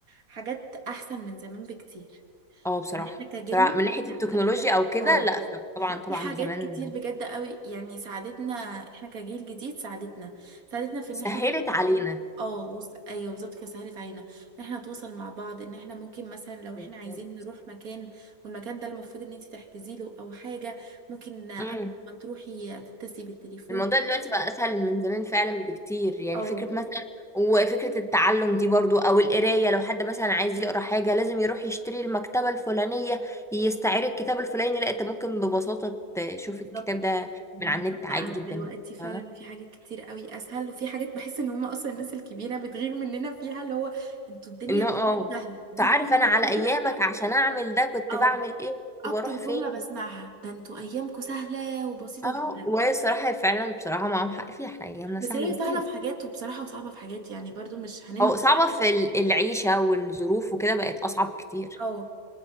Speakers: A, on the right (about 60°); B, in the centre.
A: حاجات احسن من زمان بكتير
B: اه بصراحه
A: يعني احنا كجيلنا
B: بصراحه من ناحيه
A: لا
B: التكنولوجيا
A: بجد
B: او كده
A: اه
B: لا طبعا
A: في
B: طبعا
A: حاجات
B: زمان
A: كتير بجد قوي يعني ساعدتنا احنا كجيل جديد ساعدتنا ساعدتنا في
B: سهلت
A: ان احنا ممكن-
B: علينا
A: اه وس- ايوه بالظبط كده سهلت علينا ان احنا نتواصل مع بعض ان احنا ممكن مثلا لو
B: بالظبط.
A: احنا عايزين نروح مكان والمكان ده المفروض ان انت تحجزي له او حاجه ممكن قبل
B: مم.
A: ما تروحي تتصلي بالتليفون
B: الموضوع دلوقتي بقى اسهل من زمان فعلا بكتير يعني
A: اه
B: فكرة مثلا وفكرة التعلم دي برضو او القراية لو حد مثلا عايز يقرا حاجة لازم يروح يشتري المكتبة الفلانية يستعير الكتاب الفلاني لا انت ممكن ببساطة تشوف
A: بالظبط
B: الكتاب ده
A: الموضوع
B: من على النت
A: بقى
B: عادي جدا
A: دلوقتي فعلا
B: فاهمة
A: في حاجات كتير قوي اسهل وفي حاجات بحس ان هم اصلا الناس الكبيره بتغير مننا فيها اللي هو انتوا الدنيا
B: انه اه
A: عندكم سهله دي
B: فعارف
A: اكتر
B: انا على
A: جمله
B: ايامك عشان اعمل ده كنت
A: اه
B: بعمل ايه كنت
A: اكتر
B: بروح
A: جمله
B: فين
A: بسمعها ده انتوا ايامكم سهله وبسيطه
B: اه
A: جدا
B: وهي الصراحة فعلا بصراحة معاهم حق فيها احنا ايامنا
A: بس
B: سهلة
A: هي
B: بكتير
A: سهله في حاجات وبصراحه وصعبه في حاجات يعني برضو مش هننكر
B: او صعبة في ال- العيشة والظروف وكده بقت اصعب كتير
A: اه